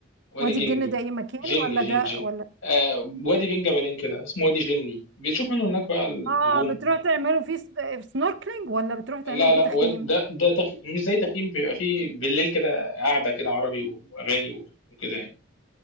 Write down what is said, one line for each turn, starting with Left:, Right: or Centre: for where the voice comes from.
Left: وادي
Right: وادي
Left: جني
Right: الجن ده ايه مكان
Left: جني
Right: ولا
Left: جن
Right: ده
Left: جن
Right: ولا
Left: آه وادي بين جبلين كده اسمه وادي جني بتشوف منه هناك بقى النجوم
Right: اه بتروح تعملوا فيه س- سنوركلينج ولا بتروح تعملوا
Left: لا لا
Right: فيه تخييم
Left: واد- ده ده تخ... مش زي تخييم بيبقى فيه بالليل كده قاعده كده عربي واغاني وكده يعني